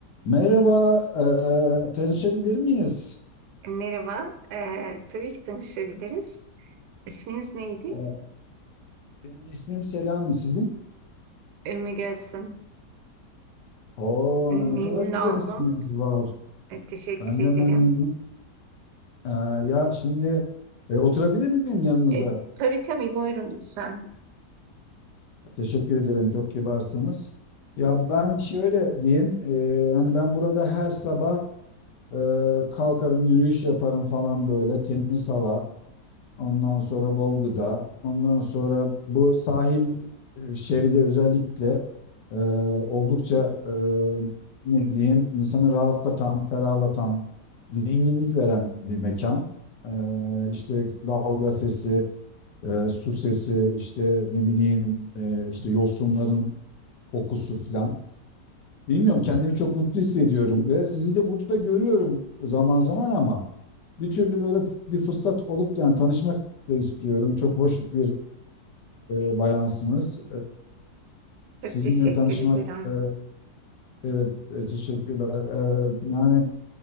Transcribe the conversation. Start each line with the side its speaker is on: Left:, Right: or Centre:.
Left: Merhaba, eee, tanışabilir miyiz?
Right: Merhaba, Ee, tabii ki tanışabiliriz. İsminiz neydi?
Left: Eee, benim ismim Selami, sizin?
Right: Ümmü Gülsüm.
Left: Oo,
Right: Memnun
Left: ne kadar güzel
Right: oldum.
Left: isminiz var.
Right: Ee, teşekkür
Left: Ben
Right: ederim.
Left: de memnunum. Eee, ya şimdi e, oturabilir miyim yanınıza?
Right: Ee, tabii tabii buyurun lütfen.
Left: Teşekkür ederim, çok kibarsınız. Ya ben şöyle diyeyim, eee, hani ben burada her sabah eee, kalkarım, yürüyüş yaparım falan böyle, temiz hava. Ondan sonra bol gıda. Ondan sonra bu sahil e, şeridi özellikle e, oldukça e, ne diyeyim insanı rahatlatan, ferahlatan, dinginlik veren bir mekan. E, işte dalga sesi, e, su sesi, işte ne bileyim e, işte yosunların kokusu filan. Bilmiyorum kendimi çok mutlu hissediyorum ve sizi de burada görüyorum zaman zaman ama bir türlü böyle bir fırsat olup yani tanışmak da istiyorum. Çok hoş bir e, bayansınız.
Right: Çok
Left: E, sizinle
Right: teşekkür
Left: tanışmak
Right: ederim.
Left: e, evet e, teşekkürler. E, yani